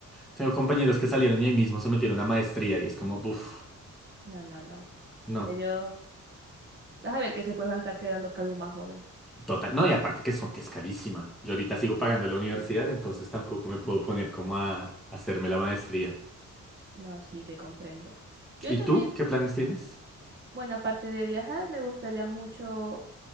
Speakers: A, in the centre; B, on the right.
A: Tengo compañeros que salieron y ahí mismo se metieron a maestría y es como, uff,
B: No, no, no.
A: no,
B: Ya yo. Vas a ver que se pueden estar quedando calvo más joven.
A: total. No, y aparte que son, que es carísima. Yo ahorita sigo pagando la universidad, entonces tampoco me puedo poner como a hacerme la maestría.
B: No, sí, te comprendo. Yo
A: ¿Y
B: también.
A: tú? ¿Qué planes tienes?
B: Bueno, aparte de viajar, me gustaría mucho,